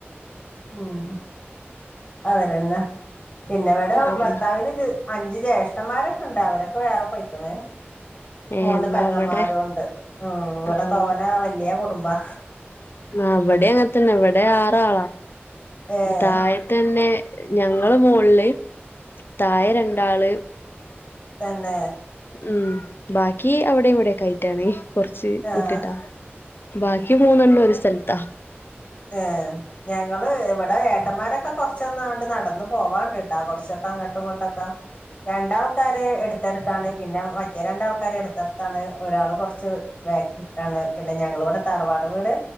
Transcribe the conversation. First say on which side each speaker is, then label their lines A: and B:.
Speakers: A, on the left (about 35°); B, on the left (about 55°).
A: ഊം അവരെന്നെ പിന്നെവടെ
B: ആഹ്
A: ഭർത്താവിന്
B: ആഹ്
A: ജ് അൻ ഞ്ച് ജ്യേഷ്ഠന്മാരൊക്കെണ്ട് അവരൊക്കെ വേറെ പോയ്ക്ക്ണ്
B: ഏഹ്
A: മൂന്ന്
B: എന്നാ
A: പെങ്ങന്മാരൂണ്ട്
B: ഇവടെ
A: ഉം ഇവ്ടെ
B: ആഹ്
A: തോനാ വല്യാ കുടുംബാ
B: ആഹ് ഇവടീം അങ്ങൻത്തന്നെ ഇവടെ ആറാളാ
A: ഏഹ്
B: താഴെതെന്നേ ഞങ്ങള് മോൾല് തായെ രണ്ടാള്
A: തന്നേ
B: ഉം ബാക്കി അവിടെയും ഇവിടെയൊക്കായ്റ്റാണ് കൊർച്ച്
A: ആഹ്
B: വിട്ട്ട്ടാ ബാക്കി മൂന്നെണ്ണാെര് സ് സൽത്താ
A: ഏഹ് ഞങ്ങള് വടെ ഏട്ടന്മാരൊക്കെ കൊർച്ചൊന്നാണ്ട് നട് നടന്ന് പോവാണ്ട്ട്ടാ കൊർച്ചൊക്കെ അങ്ങട്ടും ഇങ്ങോട്ടൊക്കാ രണ്ടാൾക്കാര് എട്ത്തെട്ത്താണ് പിന്നെ മറ്റേ രണ്ടാൾക്കാര് എടുത്തെട്ത്താണ് ഒരാള് കൊർച്ച് വേക്കാേട്ടാണ് പിന്നെ ഞങ്ങള്‌വടെ തറവാട് വീട്